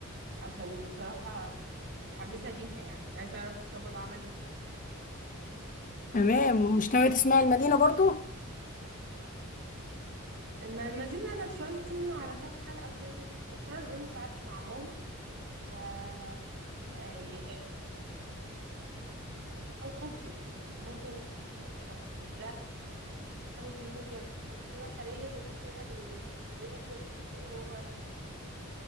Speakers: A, on the right (about 60°); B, on the left (about 40°).
A: عشان بصراحة متحمسة ليها يعني، عايزة أعرف صمد عمل إيه.
B: تمام ومش ناوية تسمعي المدينه برضه
A: أمّا المدينة أنا اتفرّجت منه على كام حلقة كده بس باتفرّج منه ساعات مع ماما، ف هابقى ممكن، ممكن أرجع له تاني كده، بس أنا حاليًا اللي شاغل اهتمامي كلّه هو ال